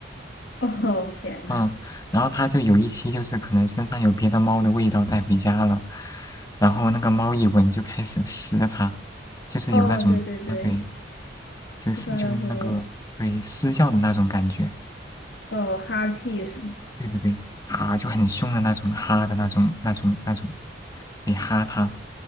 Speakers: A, on the left (about 65°); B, on the left (about 20°).
A: <laughs> 哦，天呐，
B: 嗯，然后他就有一期就是可能身上有别的猫的味道带回家了，然后那个猫一闻就开始撕它，就是有那种啊对，
A: 哦，对对对，
B: 就是就那个对撕叫的那种感觉，
A: 一般来说，哦哈气是吗？
B: 对对对，哈就很凶的那种哈的那种那种那种，对哈它，